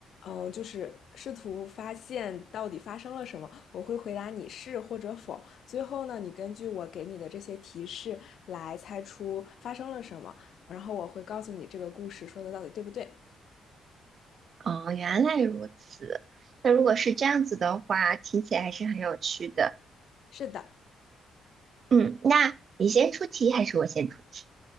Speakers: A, on the left (about 65°); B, on the right (about 50°).
A: 嗯，就是试图发现到底发生了什么。我会回答你是或者否。最后呢，你根据我给你的这些提示来猜出发生了什么，然后我会告诉你这个故事说的到底对不对。
B: 哦，原来如此。那如果是这样子的话，听起来还是很有趣的。
A: 是的，
B: 嗯，那你先出题还是我先出题